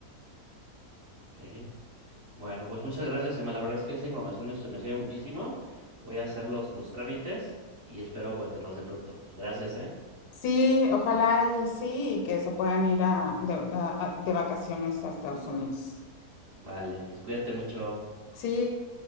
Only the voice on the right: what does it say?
Ok. Bueno, pues muchas gracias, Emma. La verdad es que esta información me, me sirve muchísimo. Voy a hacer los, los trámites y espero pues que nos den pronto. Gracias, ¿eh?
Vale, pues cuídate mucho.